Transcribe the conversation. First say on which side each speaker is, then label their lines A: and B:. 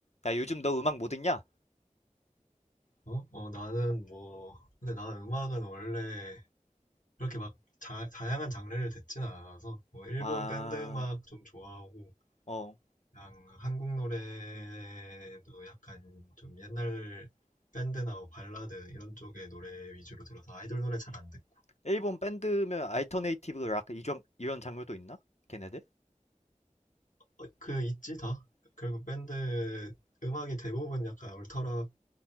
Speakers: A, on the left (about 55°); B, on the left (about 80°).
A: 야, 요즘 너 음악 뭐 듣냐?
B: 어? 어, 나는 뭐, 근데 나는 음악은 원래 그렇게 막 자, 다양한 장르를 듣진 않아서, 뭐, 일본
A: 아,
B: 밴드 음악 좀 좋아하고,
A: 어.
B: 그냥 한국 노래도 약간 좀 옛날 밴드나 뭐 발라드 이런 쪽의 노래 위주로 들어서 아이돌 노래 잘 안 듣고.
A: 일본 밴드면 알터네이티브 락 이런 이런 장르도 있나? 걔네들?
B: 어, 그, 있지, 다? 결국 밴드 음악이 대부분 약간 얼터락